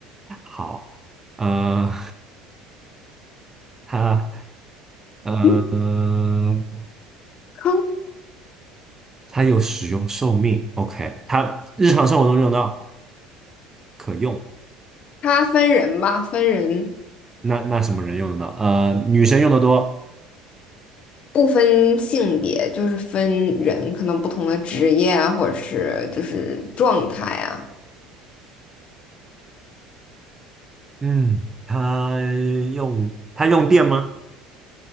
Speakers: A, on the right; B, on the left.
A: 好，呃，它呃
B: <laughs> 嗯，
A: 它有使用寿命，OK，它日常生活中用得到，可用。
B: 它分人吧，分人。
A: 那那什么人用得到？呃，女生用的多。
B: 不分性别，就是分人，可能不同的职业啊，或者是就是状态啊。
A: 嗯，它用它用电吗？